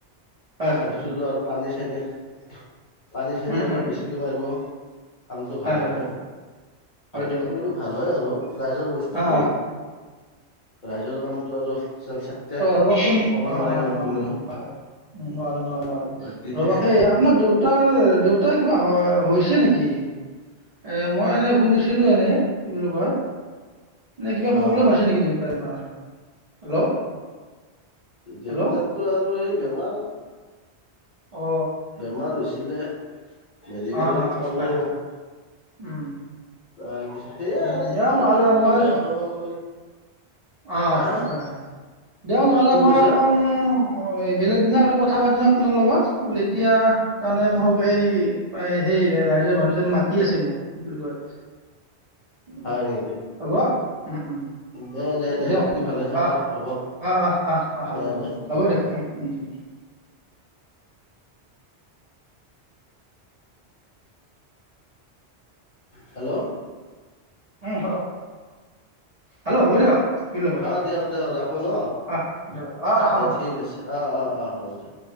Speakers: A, on the right (about 45°); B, on the left (about 50°).
A: হয় হয়
B: বস্তুটো
A: হয়
B: আৰু পানী চানী <inaudible> পানী চানী
A: উম
B: অলপ
A: উম
B: বেছিকে
A: উম
B: মাৰিব <unintelligible> কামটো
A: হয়
B: ভাল
A: হয়
B: হ'ব।
A: হয়
B: ভালকে
A: দিয়ক হয়
B: কৰিলে
A: দিয়ক
B: ভাল হয় আৰু ৰাইজৰ বস্তুটো,
A: অ
B: ৰাইজৰ কাম আৰু চাট্টা
A: ৰবচোন
B: কবা
A: অ',
B: নোৱাৰে আৰু
A: অ',
B: কোনেও
A: অ' হয় উ নোৱাৰে নোৱাৰে নোৱাৰে
B: বাকী সেয়াই
A: ৰব সেই
B: আৰু
A: আপোনাৰ দেউতাৰ দেউতা <unintelligible> কিবা হৈছে নেকি? এ মই এনে শুনিছো। এনে কি বুলি ক এ কিবা
B: অ'
A: প্ৰব্লেম আছে নেকি দেউতাৰ হেল্ল'।
B: দেউতাৰটো
A: হেল্ল' অ
B: আৰু এই বেমাৰ।
A: অ
B: বেমাৰ হৈছিলে। মেডিকেলত
A: অ
B: থলো।
A: হয় হয় উম।
B: তাৰ পিছত সেইয়া
A: উম
B: আৰু
A: দিয়ক
B: এই এইগিলাখন
A: নহ'লে
B: আৰু
A: মই
B: বয়সৰ লগে লগে
A: অ'
B: হা
A: হয় হয় দিয়ক নহ'লে
B: কি
A: মই
B: কৈছা
A: অলপমান। অ এই বেলেগ দিনা আৰু কথা পাতিম আপোনাৰ লগতল এতিয়া তাৰমানে মোক এই সেই ৰাইজৰ ভানটো ত মাতি আছে মোক কি বুলি কয় উ
B: হয় নেকি
A: হ'ব উম উম
B: দে দে দে
A: দিয়ক
B: বাকী ভালে থাকক
A: আহ
B: হ'ব
A: আহ আহ আহ আহ হ'ব
B: দে
A: হ'ব
B: দে।
A: হ'ব দিয়ক
B: অ'
A: উ উম উম
B: হেল্ল'
A: উম হেল্ল' হ'ব দিয়ক কি বুলি কয়
B: অ দিয়ক দিয়ক ৰাহুল অ
A: অঁ দিয়ক অঁ ৰাখক
B: দে
A: ৰাখক
B: ঠিক আছে অ অ অ হ'ব দিয়ক